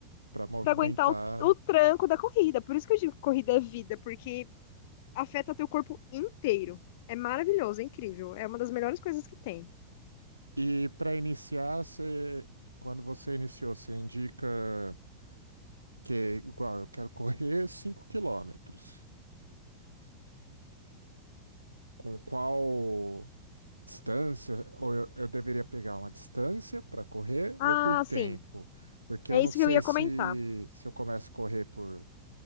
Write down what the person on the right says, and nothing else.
Para movimentar.
E para iniciar, você, quando você iniciou, você indica que, igual, eu quero correr 5 quilômetros. Com qual distância? Ou eu, eu deveria pegar uma distância para correr
ou por tempo?
Porque
eu não
sei
se,
se eu começo a correr por